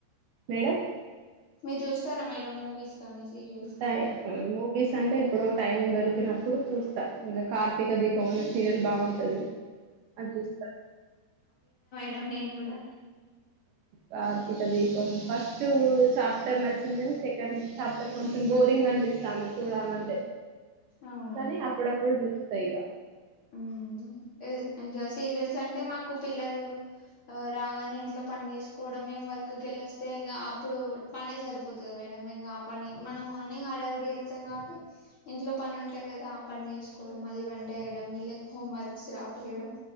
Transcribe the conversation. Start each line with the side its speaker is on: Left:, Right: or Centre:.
Right: మేడమ్
Left: మీరు చూస్తారా మేడం మూవీస్ కానీ సీరియల్స్
Right: టైం
Left: కానీ
Right: ఊ మూవీస్ అంటే ఎప్పుడో టైం దొరికినప్పుడు చూస్ త ఇంకా కార్తీక దీపం అనే సిరియల్ బాగుంటది అజుస్థా
Left: డ నేను కూడా
Right: కార్తీక దీపం ఫస్ట్ చాప్టర్ నచ్చింది కానీ సెకండ్ చాప్టర్ కొంచెం బోరింగ్ అనిపిస్తాంది చూడాలంటే
Left: అవునా
Right: కానీ అప్పుడప్పుడు చూస్తా ఇక
Left: ఊ ఏ ఇంకా సీరియల్స్ అంటే మాకు పిల్లలు ఆ రాగానే ఇంట్లో పని చేసుకోవడం మేము వర్క్క వెళ్ళి వస్తే ఇంకా అప్పుడు పనే సరిపోతది మేడం మనం ఇంకా పని మనం మార్నింగ్ హడవుడిగ వెళ్తాం కాబట్టి ఇంట్లో పని ఉంటది కదా ఆ పని చేసుకోవడం మళ్ళీ వంట ఏ డం వీళ్ళకు హోమ్ వర్క్స్ రాపియడం